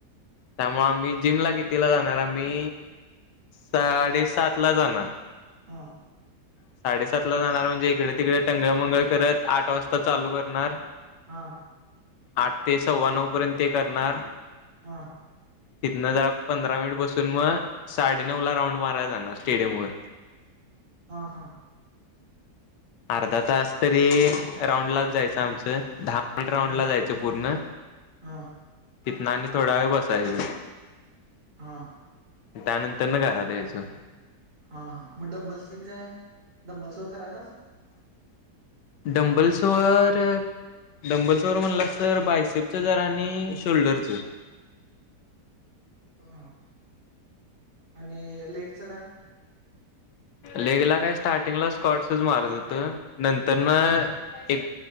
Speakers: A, on the left (about 80°); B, on the right (about 75°).
A: त्यामुळे आम्ही जिमला घेेतला जाणार आम्ही साडेसात ला जाणार
B: हा
A: साडेसात ला जाणार म्हणजे इकडे तिकडे टंगळमंगळ करत आठ वाजता चालू करणार
B: हा
A: आठ ते सव्वा नऊ पर्यंत ते करणार
B: हा
A: तिथनं जरा पंधरा मिनिट बसून मग साडेनऊ ला राऊंड मारायला जाणार स्टेडियम वर
B: हा हा
A: अर्धा तास तरी राऊंड लाच जायचं आमचं द राऊंड
B: हा
A: ला जायचं पूर्ण
B: हा
A: तिथना आणि थोडा वेळ बसत
B: हा
A: त्यानंतर ना घरात या्यायचं
B: हा हा मग डंबल्सन काय डंबल्स वर करायचास <inaudible>
A: डंबलसवर डंबलसवर म्हणला अस तर बायसेपचं जरा आणि शोल्डरचं
B: ह आणि लेग च काय
A: लेग ला काय स्टार्टिंगला स्कॉटसच मारत जेत नंतर
B: हा
A: ना एक